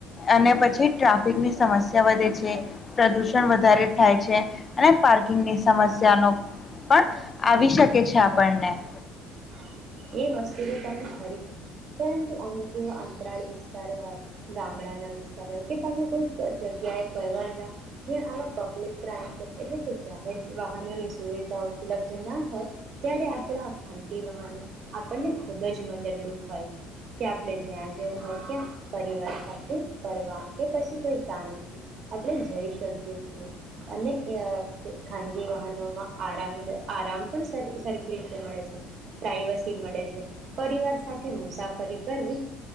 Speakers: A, on the left (about 35°); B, on the right (about 55°).
A: અને પછી ટ્રાફિકની સમસ્યા વધે છે પ્રદુષણ વધારે થાય છે અને પાર્કિંગની સમસ્યાનો પણ આવી શકે. કે છે આપણને
B: હા એ વસ્તુ તો તમે ફરી પ પરંતુ અમુક એવા અંતરાળ વિસ્તારો હોય ગામડાના વિસ્તારો હોય કે તમે કોઈક જગ્યાએ ફરવા જઓ જ્યાં આવા પબ્લિક ટ્રાન્સપોર્ટ એટલે જાહેર વાહનોને સુવિધા ઉપલબ્ધ ના હોય ત્યારે આપણા ખા આપને ખૂબ જ મદદરૂપ હોય છે કે આપણે જ્યાં જવું હોય ત્યાં પરિવાર સાથે ફ કે પછી કોઈ કામથી આપણે જઈ શકીએ છીએ અને ખાનગી વાહનોમાં આરામ આરામ પણ સરખી રીતે મળે છે. પ્રાઈવસી મળે છે પરિવાર સાથે મુસાફરી કરવી